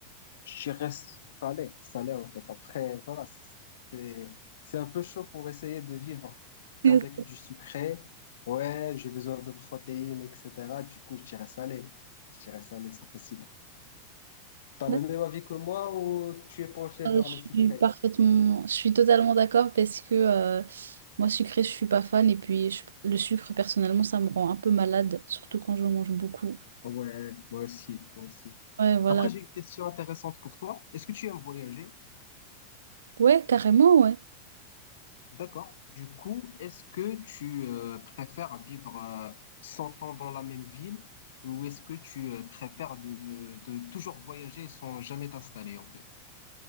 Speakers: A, on the left; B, on the right.
A: je dirais salé, salé en fait. Après, voilà, c'est c'est un peu chaud pour essayer de vivre qu'avec
B: <laughs>
A: du sucré. Ouais, j'ai besoin de protéines, etc. Du coup, je dirais salé. Je dirais salé, c'est facile. T'as
B: D'accord.
A: le même avis que moi ou tu es penché
B: Euh,
A: vers
B: Je
A: le sucré?
B: suis parfaitement, je suis totalement d'accord parce que euh, moi sucré, je suis pas fan et puis je- le sucre personnellement, ça me rend un peu malade, surtout quand je mange beaucoup.
A: Ouais, moi aussi, moi aussi.
B: Ouais, voilà.
A: Après, j'ai une question intéressante pour toi. Est-ce que tu aimes voyager?
B: Ouais, carrément, ouais.
A: D'accord. Du coup, est-ce que tu euh, préfères vivre euh, 100 ans dans la même ville ou est-ce que tu euh, préfères de, de toujours voyager sans jamais t'installer en fait?